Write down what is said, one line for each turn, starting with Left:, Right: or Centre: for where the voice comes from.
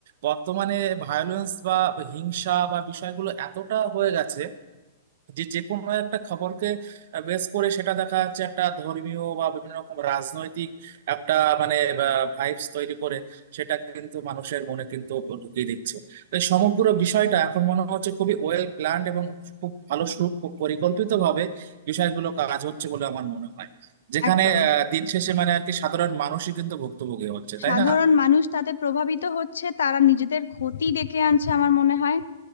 Right: বর্তমানে ভায়োলেন্স বা হিংসা বা বিষয়গুলো এতটা হয়ে গেছে যে যে কোনো একটা খবরকে বেস করে সেটা দেখা যাচ্ছে একটা ধর্মীয় বা বিভিন্ন রকম রাজনৈতিক একটা মানে ভাইবস তৈরি করে সেটা কিন্তু মানুষের মনে কিন্তু ঢুকিয়ে দিচ্ছে তো এই সমগ্র বিষয়টা এখন মনে হচ্ছে খুবই ওয়েল প্ল্যান্ড এবং খুব ভালো সু পরিকল্পিত ভাবে বিষয়গুলো কাজ হচ্ছে বলে আমার মনে হয় যেখানে
Left: একদম
Right: আহ, দিন শেষে মানে আর কি সাধারণ মানুষই কিন্তু ভুক্তভোগী হচ্ছে তাই
Left: সাধারণ
Right: না
Left: মানুষ তাতে প্রভাবিত হচ্ছে তারা নিজেদের ক্ষতি ডেকে আনছে আমার মনে হয়